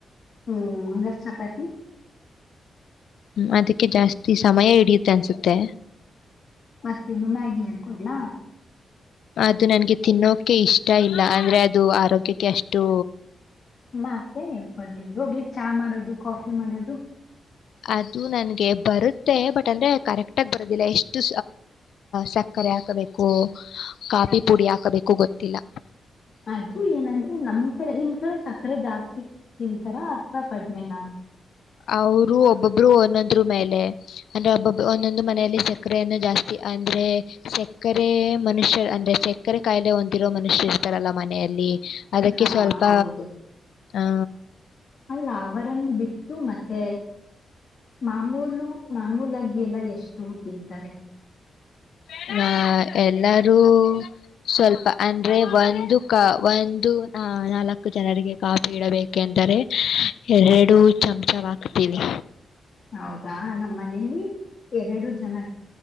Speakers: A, on the left; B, on the left.
A: ಹ್ಮ್ ಅಂಗಾರ ಚಪಾತಿ
B: ಹ್ಮ್ ಅದಕ್ಕೆ ಜಾಸ್ತಿ ಸಮಯ ಹಿಡಿಯುತ್ತೆ ಅನ್ಸುತ್ತೆ
A: ಮತ್ತೆನ್ನು ಮ್ಯಾಗಿ ಕೊಡ್ಲ
B: ಅದು ನನ್ಗೆ ತಿನ್ನೋಕೆ ಇಷ್ಟ ಇಲ್ಲ ಅಂದ್ರೆ ಅದು ಆರೋಗ್ಯಕ್ಕೆ ಅಷ್ಟು
A: ಮತ್ತೆ ಹೇಳ್ಕೊದ್ಲಿ ಹೋಗ್ಲಿ ಚಾ ಮಾಡೋದು ಕಾಫಿ ಮಾಡೋದು
B: ಅದು ನನ್ಗೆ ಬರುತ್ತೆ ಬಟ್ ಅಂದ್ರೆ ಕರೆಕ್ಟ್ ಆಗಿ ಬರೋದಿಲ್ಲ ಎಷ್ಟು ಸಕ್ಕರೆ ಹಾಕಬೇಕು ಕಾಫಿ ಪುಡಿ ಹಾಕಬೇಕು ಗೊತ್ತಿಲ್ಲ
A: ಅದು ಏನಂದ್ರೆ ನಮ್ ಕಡೆ ನಿಮ್ ಕಡೆ ಸಕ್ಕರೆ ಜಾಸ್ತಿ ಸಿಕ್ <unintelligible> <unintelligible> ತಿಂತಾರ ಅಥವ ಕಡುಲೆನ
B: ಅವರು ಒಬ್ಬೊಬ್ರು ಒಂದೊಂದ್ರ ಮೇಲೆ ಅಂದ್ರೆ ಒಬ್ಬೊಬ್ ಒಂದೊಂದು ಮನೆಯಲ್ಲಿ ಸಕ್ಕರೆಯನ್ನು ಜಾಸ್ತಿ ಅಂದ್ರೆ ಸಕ್ಕರೆ ಮನುಷ್ಯ ಅಂದ್ರೆ ಸಕ್ಕರೆ ಕಾಯಿಲೆ ಹೊಂದಿರೋ ಮನುಷ್ಯರು ಇರ್ತಾರಲ್ಲ ಮನೆಯಲ್ಲಿ ಇಲ್ಲಿ ಅದಕ್ಕೆ
A: ಹಾ
B: ಸ್ವಲ್ಪ
A: ಹೌದು
B: ಹಾ
A: ಅಲ್ಲ ಅವರನ್ನು ಬಿಟ್ಟು ಮತ್ತೆ ಮಾಮೂಲು ಮಾಮೂಲಗೆಲ್ಲ ಎಷ್ಟು ತಿಂತಾರೆ
B: <unintelligible> <unintelligible> ಎ ಲ್ಲರೂ ಸ್ವಲ್ಪ ಅಂದ್ರೆ ಒಂದು ಕ ಒಂದು ನಾಲ್ಕು ಜನರಿಗೆ ಕಾಫಿ ಇಡಬೇಕೆಂದರೆ ಎರಡು ಚಮಚ ಹಾಕ್ತೀವಿ
A: ಹೌದಾ ನಮ್ಮ ಮನೆಲಿ ಎರಡು ಜನ